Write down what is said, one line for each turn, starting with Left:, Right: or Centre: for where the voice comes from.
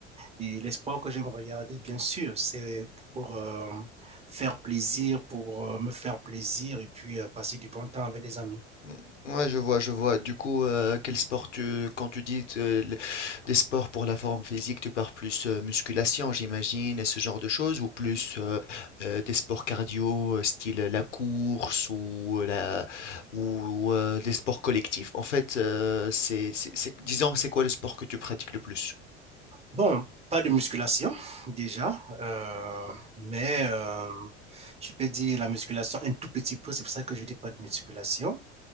Right: Et l'espoir que j'aime regarder, bien sûr, c'est pour euh, faire plaisir, pour euh, me faire plaisir et puis euh, passer du bon temps avec des amis.
Left: Mm, Ouais, je vois, je vois. Du coup, euh, quel sport tu, quand tu dis euh, le- des sports pour la forme physique, tu parles plus euh, musculation, j'imagine, et ce genre de choses, ou plus euh, euh, des sports cardio, euh, style la course ou la ou euh, des sports collectifs. En fait, euh, c'est, c'est, c'est- disons, c'est quoi le sport que tu pratiques le plus?
Right: Bon, pas de musculation déjà, euh, mais euh, je peux dire la musculation un tout petit peu, c'est pour ça que je dis pas de musculation,